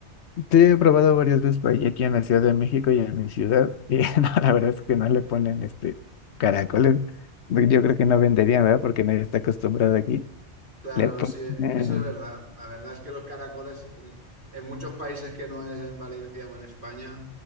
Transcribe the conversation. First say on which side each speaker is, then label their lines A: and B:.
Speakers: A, on the left (about 70°); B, on the right (about 45°).
A: te he probado varias veces por ahí, aquí en la Ciudad de México y en mi ciudad. Y <laughs> no, la verdad es que no le ponen este caracoles. Yo creo que no venderían, ¿verdad? Porque nadie está acostumbrado aquí.
B: Claro,
A: Le ponen-
B: sí, eso es verdad. La verdad es que los caracoles eh, en muchos países que no es en Valencia o en España